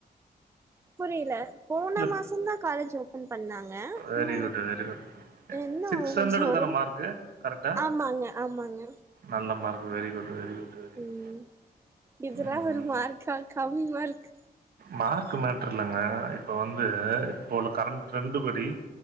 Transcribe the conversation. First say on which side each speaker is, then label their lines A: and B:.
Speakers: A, on the right (about 15°); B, on the right (about 80°).
A: புரியல போன
B: இல்ல
A: மாசந்தா காலேஜ் ஓபன் பண்ணாங்க
B: வெரி
A: ன்ன
B: குட் வெரி குட்
A: என்ன
B: சிக்ஸ்
A: கொஞ்சோ
B: ஹண்ட்ரடுக்கு
A: ஒடம்
B: தான மார்க்கு கரெக்டா
A: ஆமாங்க ஆமாங்க
B: நல்ல mark very good very good very good
A: ம் இதெல்லா
B: ம்
A: ஒரு மார்க்கா கம்மி மார்க்
B: மார்க் மேட்ரு இல்லங்க இப்ப வந்து இப்போ உள்ள கரண்ட் ட்ரெண்டு் படி